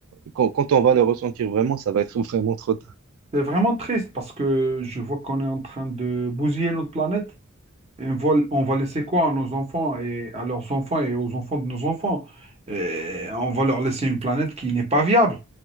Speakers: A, on the right; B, on the right.
A: Quand, quand on va le ressentir vraiment, ça va être <laughs> vraiment trop tard.
B: C'est vraiment triste parce que je vois qu'on est en train de bousiller notre planète. Et on va, on va laisser quoi à nos enfants et à leurs enfants et aux enfants de nos enfants? Et on va leur laisser une planète qui n'est pas viable,